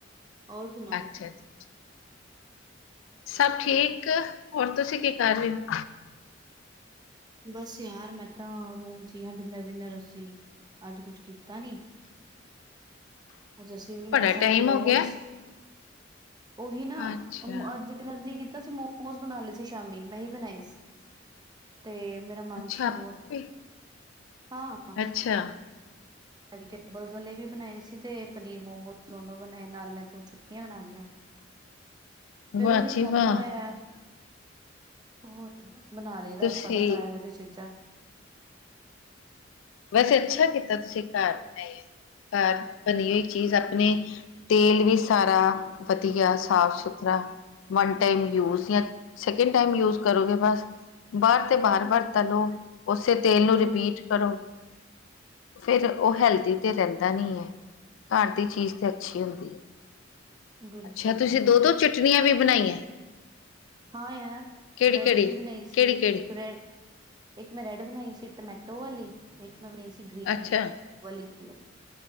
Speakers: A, on the right (about 20°); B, on the left (about 90°).
A: ਔਰ ਸੁਣਾਓ
B: ਅੱਛਾ ਅੱਛਾ ਸਭ ਠੀਕ ਹੋਰ ਤੁਸੀਂ ਕੀ ਕਰ ਰਹੇ ਹੋ।
A: ਬਸ ਯਾਰ ਮੈਂ ਤਾਂ ਰੂਮ ਚ ਹੀ ਹਾਂ ਡਿਨਰ ਵਿਨਰ ਅੱਸੀ ਅੱਜ ਕੁਛ ਕੀਤਾ ਨੀ ਅੱਜ ਅਸੀਂ
B: ਬੜਾ
A: ਮੈਂ ਸ਼ਾਮੀ
B: ਟਾਈਮ
A: ਮੋਮੋਜ਼
B: ਹੋ ਗਿਆ
A: ਉਹੀ ਨਾ
B: ਅੱਛਾ
A: ਅੱਜ ਡਿਨਰ ਨੀ ਕੀਤਾ ਸੀ ਮੋਮੋਸ ਬਣਾ ਲਏ ਸੀ ਸ਼ਾਮੀ ਮੈਂ ਹੀ ਬਣਾਏ ਸੀ। ਤੇ ਮੇਰਾ ਮਨ
B: ਅੱਛਾ
A: ਸੀ ਬਹੁਤ
B: ਆਪੇ
A: ਹਾਂ।
B: ਅੱਛਿਆ।
A: ਵੈਜੀਟੇਬਲ ਵਾਲੇ ਵੀ ਬਣਾਏ ਸੀ ਤੇ ਪਨੀਰ ਮੋਮੋਜ਼ ਦੋਨੋ ਬਣਾਏ ਨਾਲ ਮੈਂ ਦੋ <unintelligible> ਬਣਾ ਲਈਆਂ। ਫੇਰ
B: ਵਾਹ
A: ਉਹੀ ਖਾਧਾ
B: ਜੀ ਵਾਹ
A: ਹੋਇਆ। ਹੋਰ ਬਣਾ ਲਈਦਾ
B: ਤੁਸੀਂ
A: ਆਪਾਂ ਤਾਂ ਘਰ ਇਹੋ ਜੀਆਂ ਚੀਜ਼ਾਂ।
B: ਵੈਸੇ ਅੱਛਾ ਕੀਤਾ ਤੁਸੀਂ ਘਰ ਬਣਾਈ ਆ ਘਰ ਬਣੀ ਹੋਈ ਚੀਜ਼ ਆਪਣੇ ਤੇਲ ਵੀ ਸਾਰਾ ਵਧੀਆ ਸਾਫ-ਸੁਥਰਾ। ਵਨ ਟਾਈਮ ਯੂਜ ਜਾਂ ਸੈਕਿੰਡ ਟਾਈਮ ਯੂਜ ਕਰੋਗੇ ਬਸ ਬਾਰ ਤੇ ਵਾਰ-ਵਾਰ
A: ਉਹ ਵੀ ਸਹੀ ਹੈ,
B: ਤਲੋ ਓਸੇ ਤੇਲ ਨੂੰ ਰਿਪੀਟ
A: ਹੂੰ
B: ਕਰੋ। ਫੇਰ ਉਹ ਹੈਲਦੀ ਤੇ ਰਹਿੰਦਾ ਨੀ ਐ ਘਰ ਦੀ ਚੀਜ਼ ਤੇ ਅੱਛੀ ਹੁੰਦੀ।
A: ਬਿਲਕੁਲ
B: ਅੱਛਾ ਤੁਸੀਂ
A: ਯਾਰ
B: ਦੋ ਦੋ ਚਟਣੀਆਂ ਵੀ ਬਣਾਈਆਂ।
A: ਹਾਂ, ਯਾਰ
B: ਕਿਹੜੀ
A: ਬ੍ਰੈਡ
B: ਕਿਹੜੀ
A: ਵੀ ਬਣਾਈ ਸੀ
B: ਕਿਹੜੀ ਕਿਹੜੀ
A: ਇੱਕ ਰੈ ਇੱਕ ਮੈਂ ਰੈਡ ਬਣਾਈ ਸੀ ਟਮੈਟੋ ਵਾਲੀ ਇੱਕ ਮੈਂ ਬਣਾਈ ਸੀ ਗ੍ਰੀਨ।
B: ਅੱਛਾ
A: <unintelligible>